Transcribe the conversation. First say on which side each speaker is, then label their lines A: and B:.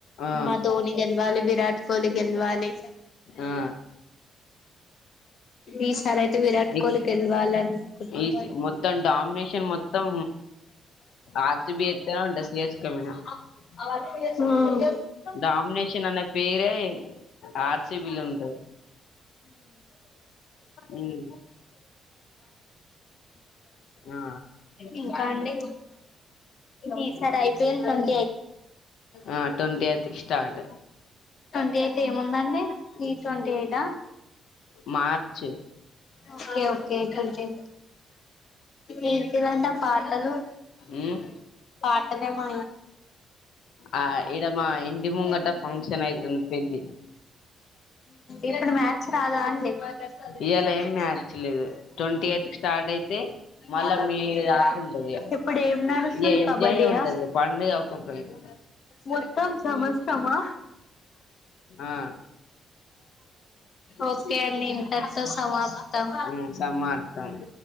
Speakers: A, on the left; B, on the left.
A: ఆ
B: మా ధోని గెలవాలి విరాట్ కోహ్లీ గెలవాలి
A: ఆ
B: ఈసార్ అయితే విరాట్
A: ఇక్
B: కోహ్లీ గెలవాలి అనుకుంటు.
A: ఈ స- మొత్తం డామినేషన్ మొత్తం ఆర్సిబి ఎత్తనే ఉంటది సిఎస్కే మీద
B: అ మ్ మ్....
A: డామినేషన్ అనే పేరే ఆర్సిబిలో ఉంటది ఉమ్ ఆ
B: ఇంకా అండి ఈ సారి ఐపీఎల్ <inaudible>
A: ఆ ట్వంటీ ఎయిత్ కి స్టార్ట్
B: డేట్ ఏముందండి ఈ twenty eight
A: March
B: okay okay thank you ఏంటిదంట పాటలు
A: ఉమ్
B: పాటలేమో
A: ఆ ఈడ మా ఇంటి ముంగట ఫంక్షన్ అయితుంది పెళ్లి
B: ఇప్పుడు మ రాదా అండి
A: ఇయాల
B: అ
A: ఏం మ్యాచ్ లేదు ట్వంటీ ఎయిత్ కి స్టార్ట్ అయితే మళ్ళా
B: హ
A: మే దాకా ఉంటది ఇగ
B: ఇప్పుడు ఏం నడుస్తుంది
A: ఇగ ఎంజాయ్
B: కబడ్డీయా
A: ఏ ఉంటది పండుగ ఒక్కొక్కరికి
B: మొత్తం సమస్తమా
A: ఆ
B: ఓకే అండి ఇంతటి తో సమాప్తం
A: ఉమ్ సమాప్తం